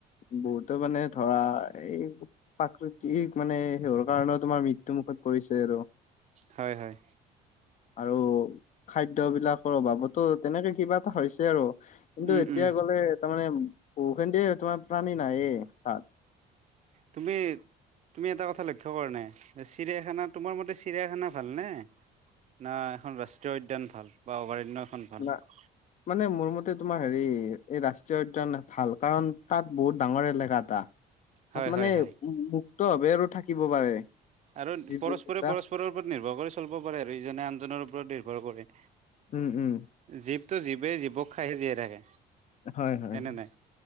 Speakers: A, on the left; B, on the right.
A: বহুতো মানে ধৰা এই প্ৰাকৃতিক মানে সেহৰ কাৰণেও তোমাৰ মৃত্যুমুখত পৰিছে আৰু।
B: হয়, হয়।
A: আৰু খাদ্যবিলাকৰ অভাৱতো তেনেকে কিবা এটা হৈছে আৰু। কিন্তু
B: উম
A: এতিয়া
B: উম
A: গ'লে তাৰমানে বহুখিন দিয়ে তোমাৰ প্ৰাণী নায়েই তাত।
B: তুমি তুমি এটা কথা লক্ষ্য কৰা নাই, চিৰিয়াখানা তোমাৰ মতে চিৰিয়াখানা ভালনে না এখন ৰাষ্ট্ৰীয় উদ্যান ভাল বা অভয়াৰণ্য এখন
A: না
B: <inaudible>
A: মানে মোৰ মতে তোমাৰ হেৰি এই ৰাষ্ট্ৰীয় উদ্যান ভাল, কাৰণ তাত বহুত ডাঙৰ এলেকা এটা
B: <inaudible>
A: তাত মানে
B: হয়
A: উ মুক্তভাৱে আৰু থাকিব পাৰে।
B: আৰু
A: জীৱ
B: পৰস্পৰে
A: জন্তু বিলাক
B: পৰস্পৰৰ ওপৰত নিৰ্ভৰ কৰি চলব পাৰে আৰু ইজনে আনজনৰ ওপৰত নিৰ্ভৰ কৰি।
A: উম, উম।
B: জীৱটো জীৱেই জীৱক খাইয়ে জীয়াই থাকে।
A: হয় হয়
B: এনে নাই